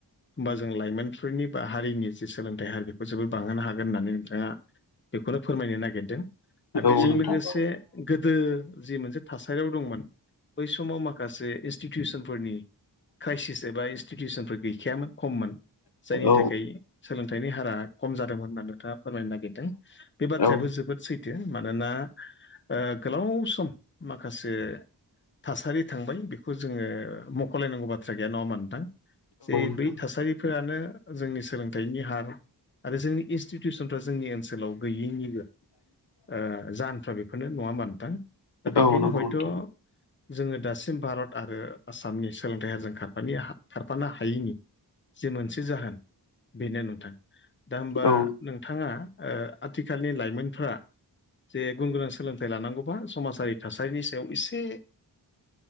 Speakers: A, on the left; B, on the left.
A: होमबा जों लाइमोनफोरनि बा हारिनि जि सोलोंथाइ हार बेखौ जोबोर बांहोनो हागोन होननानै। आ बेखौनो फोरमायनो नागिरदों बेजों
B: औ नोंथां
A: लोगोसे
B: औ
A: गोदो जि मोनसे थासारियाव दंमोन बै समाव माखासे इनस्टिटिउसनफोरनि क्राइसिस एबा इनस्टिटिउसनफोर गैखायामोन खममोन जायनि
B: औ
A: थाखाय सोलोंथाइनि हारा खम जादोंमोन होनना नोंथाङा फोरमायनो नागिरदों बे बाथ्रायाबो
B: औ
A: जोब जोबोद सैथो मानोना ओ गोलाव सम माखासे थासारि थांबाय बेखौ खौ जोङो मख'लायनांगौ बाथ्रा गैया नङा होमबा नोंथां जे
B: नोंथां
A: बै थासारिफोरानो जोंनि सोलोंथाइनि हार आरो जोंनि इन्स्टिटिउसनफ्रा जोंनि ओनसोलाव गैयैनिबो ओ जाहोनफ्रा बेफोरनो नङा होमबा नोथां दा बेखायनो
B: औ नंगौ
A: हयथ'
B: नोंथां
A: जोङो दासिम भारत आरो आसामनि सोलोंथाइ हारजों खार खारफानो हायैनि जे मोनसे जाहोन बेनो नोंथां दा होमबा
B: औ
A: नोंथाङा ओ आथिखालनि लाइमोनफोरा जे गुन गोनां सोलोंथाइ लानांगौबा समाजारि थासारिनि सायाव एसे